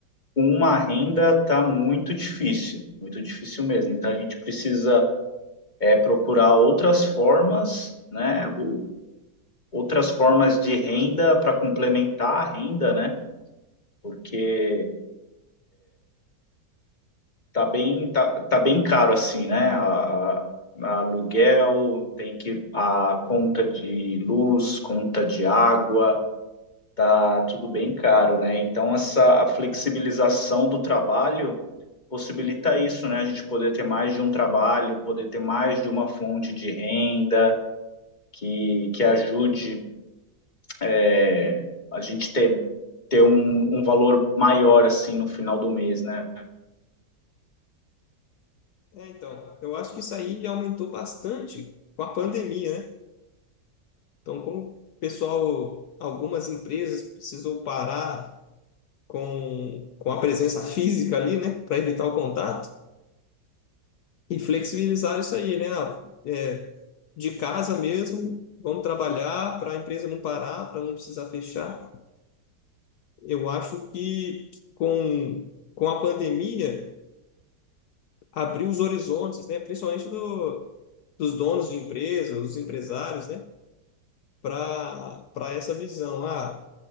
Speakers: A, on the left (about 25°); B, on the left (about 70°).
A: com uma renda tá muito difícil, muito difícil mesmo. Então, a gente precisa é, procurar outras formas, né, o- outras formas de renda para complementar a renda, né, porque tá bem, tá, tá bem caro assim, né? A, a- a aluguel, tem que a conta de luz, conta de água, tá tudo bem caro, né? Então essa a flexibilização do trabalho possibilita isso, né? A gente poder ter mais de um trabalho, poder ter mais de uma fonte de renda que que ajude é, a gente ter ter um, um valor maior assim no final do mês, né?
B: É, então, eu acho que isso aí aumentou bastante com a pandemia, né? Então, como o pessoal, algumas empresas precisou parar com, com a presença física ali, né, para evitar o contato e flexibilizar isso aí, né? Ah, é, de casa mesmo, vamos trabalhar para a empresa não parar, para não precisar fechar. Eu acho que com, com a pandemia abriu os horizontes, né? Principalmente do, dos donos de empresas, os empresários, né? para para essa visão. Ah,